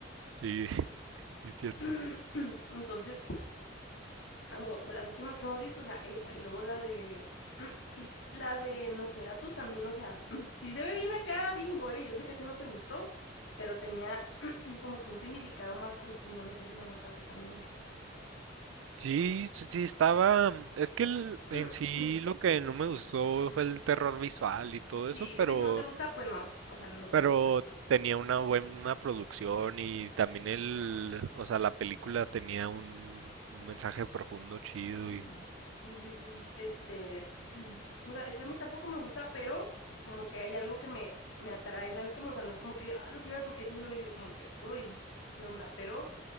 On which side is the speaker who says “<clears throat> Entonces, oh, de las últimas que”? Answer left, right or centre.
Left